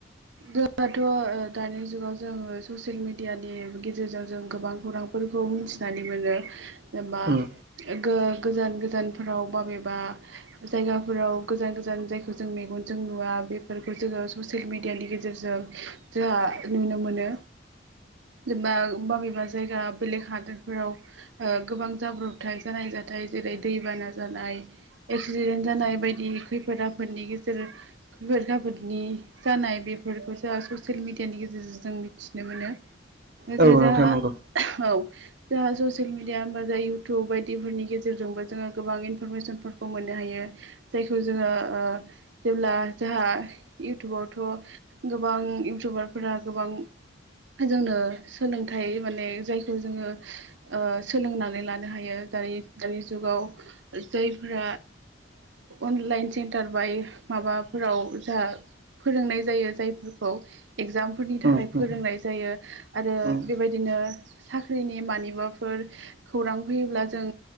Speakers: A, on the right; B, on the right.
A: जोंथ' ओ दानि जुगाव जोङो ससियेल मेडियानि गेजेरजों जों गोबां खौरांफोरखौ मिथिनानै मोनो। जेनेबा
B: उम
A: ओ गो गोजान गो गोजानफोराव बबेबा जायगाफोराव गोजान गोजान जायखौ जों मेगनजों नुवा बे फोरफोरखौ जोङो ससियेल मिेडियानि गेजेरजों जोंहा नुनो मोनो। जेनेबा बबेबा जायगा बेलेग हादोरफोराव गोबां जाब्रबथाय जानाय ज नाथाय जेरै दैबाना जानाय एक्सिडेन्ट जानाय बायदि खैफोद आफोदनि गेजेर <unintelligible> फोरनि जानाय बेफोरखौ जोंहा ससियेल मिडियानि गेजेरजों जों मिथिनो मोनो।
B: औ
A: जे जहा
B: नोंथां नंगौ
A: औ। जोंा ससियेल मिडिया होमबा जोहा इउटुब बायदिफोरनि गेजेरजोंबो जोङो गोबां इनफरमेसनफोरखौ मोनो। जायखौ जोङो जेब्ला जोंहा इउटुबावथ' गोबां इउटुबारफोरा गोबां जोंनो सोलोंथाइ माने जायखौ जोङो सोलोंनानै लानो हायो। दानि दानि जुगाव जायफोरा अनलाइन सेन्टार बाय माबाफव जाह फोरोंनाय जायो जायफोरखौ। एग्जामफोरनि थाखाय
B: उम नोंथां
A: फोरोंनाय जायो आरो
B: उम
A: बेबायदिनो साख्रिनि मानिबाफोर खौरां फैयोब्ला जों